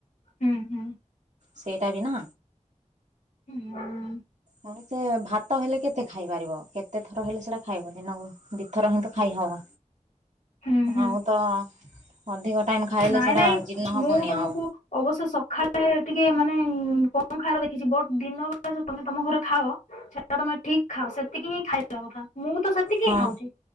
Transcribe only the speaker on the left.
ହୁଁ ହୁଁ।
ହୁଁ।
ହୁଁ ହୁଁ
ନାଇଁ
ନାଇଁ
ମୁଁ ତମକୁ
ଅବଶ୍ୟ ସକାଳେ ଟିକେ ମାନେ କଣ ଖାର ଦେଖିଛି ବ ଦିନ ତମେ ତମ ଘରେ ଖାଅ ସେଇଟା ତମେ ଠିକ ଖାଅ ସେତିକି ହିଁ ଖାଇ <inaudible> ମୁଁ ତ ସେତିକି
ହି ଖାଉଛି